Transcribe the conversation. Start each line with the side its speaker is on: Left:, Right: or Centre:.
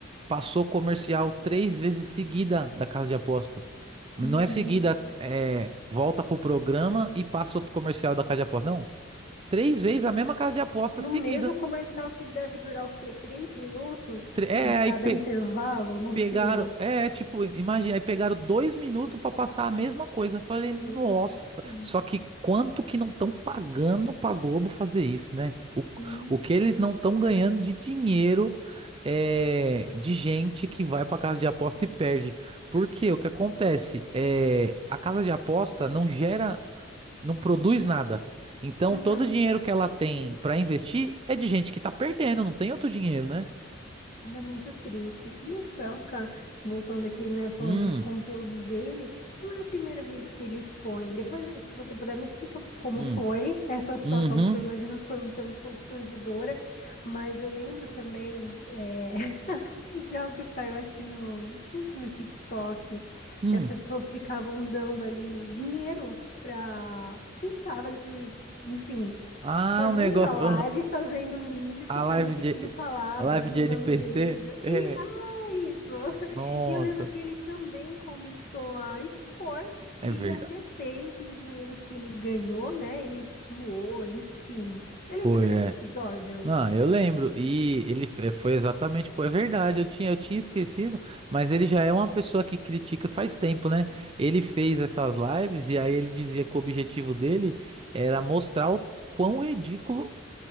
Right: passou comercial três vezes seguida da casa de aposta. Não
Left: olha
Right: é seguida,
Left: isso.
Right: é, volta pro programa e passa outro comercial da casa de aposta. Não. Três vezes a mesma casa de aposta
Left: No
Right: seguida.
Left: mesmo comercial que deve durar o quê? Três minutos?
Right: Tre- É, aí
Left: Cada
Right: pe-
Left: intervalo? Não
Right: Pegaram,
Left: sei.
Right: é, tipo, imagina, aí pegaram dois minutos pra passar a mesma coisa. Eu falei, nossa,
Left: Gente,
Right: só que quanto que não estão pagando pra Globo fazer isso, né? O,
Left: sim.
Right: o que eles não estão ganhando de dinheiro é de gente que vai pra casa de aposta e perde. Porque o que acontece é a casa de aposta não gera, não produz nada. Então
Left: Uhum.
Right: todo o dinheiro que ela tem pra investir é de gente que tá perdendo, não tem outro dinheiro, né?
Left: Era muito triste. E o Felca, voltando aqui, né, falando
Right: Hum,
Left: dos conteúdos dele, não é a primeira vez que ele expõe. Depois, se você puder, me explica como
Right: hum,
Left: foi essa situação,
Right: uhum.
Left: porque eu imagino que foi um tanto constrangedora. Mas eu lembro também, é, de algo que saiu, acho que no, não sei se no TikTok,
Right: Hum.
Left: que as pessoas ficavam dando ali dinheiro para quem tava ali, pro, enfim,
Right: Ah,
Left: fazendo
Right: um negócio.
Left: a live,
Right: ah,
Left: fazendo o vídeo, ficar
Right: A live
Left: repetindo
Right: de,
Left: palavras,
Right: a live
Left: mandando
Right: de NPC?
Left: beijo. E,
Right: É.
Left: ah, isso! <laughs>
Right: Nossa.
Left: E eu lembro que ele também começou a expor,
Right: É
Left: e
Right: verdade.
Left: ele até fez, e o dinheiro que ele ganhou, né, ele doou, enfim. Você
Right: Foi,
Left: lembra desse
Right: é.
Left: episódio?
Right: Não, eu lembro. E ele fe- foi exatamente. Pô, é verdade, eu tinha, eu tinha esquecido, mas ele já é uma pessoa que critica faz tempo, né? Ele fez essas lives e aí ele dizia que o objetivo dele era mostrar o quão ridículo